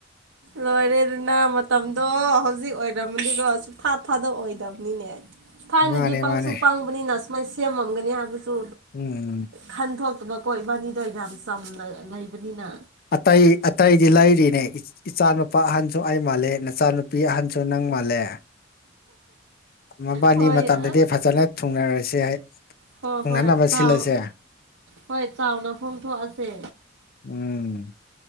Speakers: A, on the right; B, on the left.
A: ꯂꯣꯏꯔꯦ ꯑꯗꯨꯅ ꯃ ꯃꯇꯝꯗꯣ ꯍꯧꯖꯤꯛ ꯑꯣꯏꯔꯝꯃꯅꯤꯀꯣ ꯁꯨꯡꯊꯥ ꯊꯥꯗ ꯑꯣꯏꯗꯕꯅꯤꯅꯦ ꯊꯥꯏꯅꯗꯤ
B: ꯃꯥꯅꯦ
A: ꯄꯪꯁꯨ
B: ꯃꯥꯅꯦ
A: ꯄꯪꯕꯅꯤꯅ ꯁꯨꯃꯥꯏꯅ ꯁꯦꯝꯃꯝꯒꯅꯤ ꯍꯥꯏꯕꯁꯨ
B: ꯎꯝ
A: ꯈꯟꯣꯛ ꯃ ꯀꯣꯏꯕꯥꯅꯤꯗꯣ ꯌꯥꯝ ꯆꯝꯅ ꯂꯩꯕꯅꯤꯅ
B: ꯑꯇꯩ ꯑꯇꯩꯗꯤ ꯂꯩꯔꯤꯅꯦ ꯏꯆꯥꯅꯨꯄꯥ ꯑꯍꯟꯁꯨ ꯑꯩ ꯃꯥꯜꯂꯦ ꯅꯆꯥꯅꯨꯄꯤ ꯑꯍꯟꯁꯨ ꯅꯪ ꯨ ꯃꯥꯜꯂꯦ ꯃꯕꯥꯅꯤ
A: ꯍꯣꯏ
B: ꯃꯇꯝꯗꯗꯤ
A: ꯑꯁ
B: ꯐꯖꯅ ꯊꯨꯡꯅꯔꯁꯤ ꯍꯥꯏ
A: ꯍꯣꯏ
B: ꯇꯨꯡꯍꯟꯅꯅꯕ
A: ꯍꯣꯏ ꯆꯥꯎ
B: ꯁꯤꯜꯂꯁꯦ
A: ꯍꯣꯏ ꯆꯥꯎꯅ ꯐꯣꯡꯊꯣꯛꯑꯁꯦ
B: ꯎꯝ